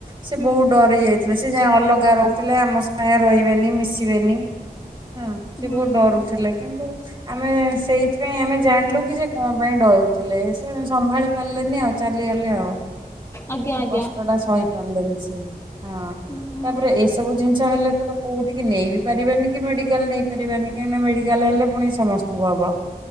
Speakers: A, on the right; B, on the left.
A: ସେ
B: ହୁଁ
A: ବୋହୁତ ଡରି ଯାଇଥି ସେ ଯାହା ଅଲଗା ରହୁଥୁଲେ ଆମ ସାଙ୍ଗେ ରହିବେନି ମିଶିବେନି। ହୁଁ ସେ
B: ହୁଁ
A: ବୋହୁତ ଡରୁଥିଲେ କିନ୍ତୁ ଆମେ ସେଇଥିପାଇଁ ଆମେ ଜାଣିଲୁ କି ସେ କଁ ପାଇଁ ଡରୁଥୁଲେ। ସେ ସମ୍ଭାଳି ପାରିଲେନି ଆଉ। ଚାଲିଗଲେ ଆଉ।
B: ଆଜ୍ଞା ଆଜ୍ଞା
A: କଷ୍ଟଟା ସହି ପାରଲେନି ସିଏ। ହଁ
B: ହୁଁ ହୁଁ।
A: ତାପରେ ଏସବୁ ଜିନ୍ ଛ ହେଲେ କୋଟେ କୋଉଠିକି ନେଇ ବି ପାରିବାନି କି ମେଡ଼ିକାଲ୍ ନେଇ ପାରିବାନି। ଏଇନେ ମେଡିକାଲ ହେଲେ ପୁଣି ସମସ୍ତେ ଉ ବା ବା।